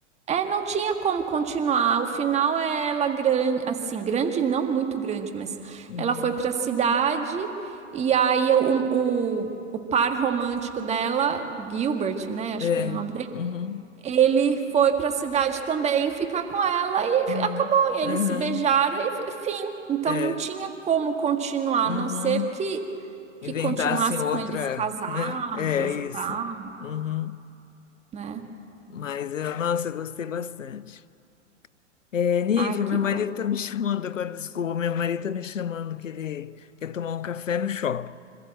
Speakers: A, on the right; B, on the left.
A: É, não tinha como continuar. O final é ela grande, assim, grande, não muito grande, mas
B: Uhum.
A: ela foi pra cidade e aí o, o, o par romântico dela, o Gilbert, né? Acho
B: É.
A: que era o nome dele.
B: Uhum.
A: Ele foi pra cidade também ficar com ela e
B: Uhum.
A: fi- acabou. E eles
B: Uhum.
A: se beijaram e f- fim. Então
B: É.
A: não tinha como continuar,
B: Uhum.
A: a não ser que, que
B: Inventassem
A: continuasse
B: outra,
A: com eles casados
B: né? É isso.
A: e tal,
B: Uhum.
A: né?
B: Mas, eu, nossa, eu gostei bastante. É, Nívia,
A: Ai, que
B: meu marido
A: bom.
B: tá me <laughs> chamando agora, desculpa, meu marido tá me chamando que ele quer tomar um café no shopping.